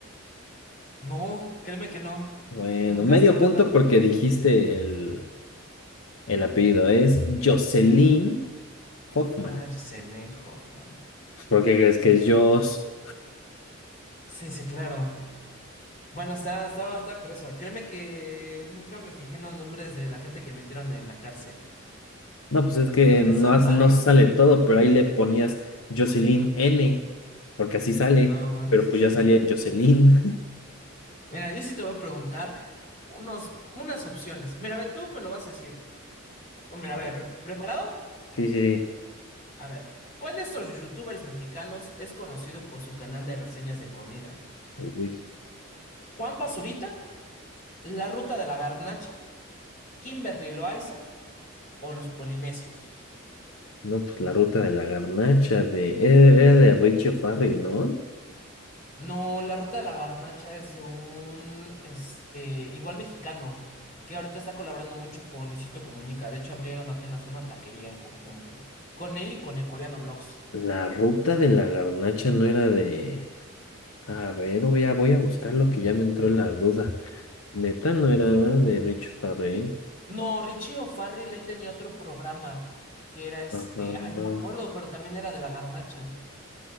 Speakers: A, on the left; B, on the left.
A: No, créeme que no.
B: Bueno,
A: Nunca
B: medio
A: estuve
B: punto
A: tanta.
B: porque dijiste el, el apellido. Es Jocelyn Hoffman.
A: Ah, Jocelyn Hoffman.
B: ¿Por qué crees que es Joss?
A: Sí, sí, claro. Bueno, está, estaba, estaba curioso. Créeme que nunca me fijé en los nombres de la gente que metieron en la cárcel.
B: No, pues es que
A: Porque
B: no,
A: son
B: has-
A: varios,
B: no sale
A: ¿eh?
B: todo, pero ahí le ponías Jocelyn N, porque así sale,
A: No, bueno,
B: pero
A: eso
B: pues
A: sí.
B: ya salía Jocelyn. <laughs>
A: Mira, yo sí te voy a preguntar unos, unas opciones. Mira, a ver, tú me lo vas a decir. Mira,
B: A
A: a ver,
B: ver.
A: ¿pre- ¿preparado?
B: Sí, sí, sí.
A: A ver, ¿cuál de estos youtubers mexicanos es conocido por su canal de reseñas de comida?
B: Uy,
A: ¿Juan Pazurita? ¿La Ruta de la Garnacha? ¿Kimberly Loaiza? ¿O los Polinesios?
B: no, pues la ruta de la garnacha de... Era era de Richie O'Farrell, ¿no?
A: No, la Ruta de la Garnacha es de un, este, igual mexicano, que ahorita está colaborando mucho con Luisito Comunica. De hecho, abrieron apenas una taquería en conjunto, con él y con el coreano Vlogs.
B: La ruta de la garnacha no era de... A ver, voy a, voy a buscar lo que ya me entró la duda. Neta no era de Richie Farrell
A: No, Richie O'Farrill le tenía otro programa que era este,
B: Ajá.
A: ay, no me acuerdo, pero también era de la Garnacha.